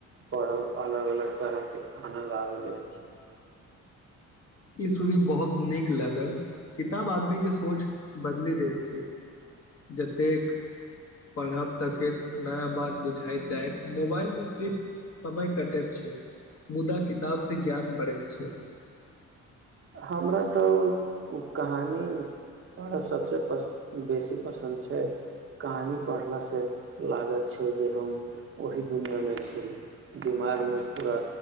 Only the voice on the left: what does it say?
ई सुनी बहुत नीक लागल किताब आदमीक के सोच बदली दैत छै जतेक पढ़ब तके नया बात बुझाइत जाय मोबाइलमे सिर्फ समय कटैत छै मुदा किताब से ज्ञान बढ़ैत छै